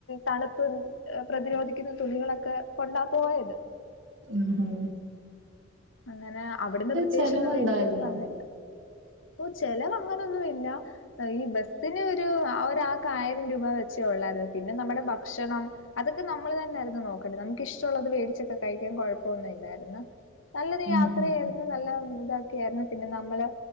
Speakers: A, on the left (about 80°); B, on the right (about 80°).
A: തണുപ്പ് പ്രതിരോധിക്കുന്ന തുളികളൊക്കെ കൊണ്ടാ പോയത്
B: ഉം ഹും
A: അങ്ങനെ അവിടുന്ന് പ്രത്യേകിച്ചൊന്നും
B: ചെലവുണ്ടായിരുന്നോ
A: മേടിക്കേണ്ടി വന്നില്ല ഓ ചെലവങ്ങനൊന്നുമില്ല ഈ ബസിന് ഒരു ഒരാൾക്ക് ആയിരം രൂപ വെച്ചേ ഒള്ളായിരുന്നു പിന്നെ നമ്മുടെ ഭക്ഷണം അതൊക്കെ നമ്മള് തന്നായിരുന്നു നോക്കേണ്ടത് നമുക്ക് ഇഷ്ടമുള്ളത് വേടിച്ചൊക്കെ കഴിക്കാൻ കുഴപ്പൊന്ന ഇല്ലായിരുന്നു നല്ലൊരു
B: ഉം
A: യാത്രയായിരുന്നു
B: ഉം
A: നല്ല ന്താ ക്കെ യായിരുന്നു പിന്നെ നമ്മള്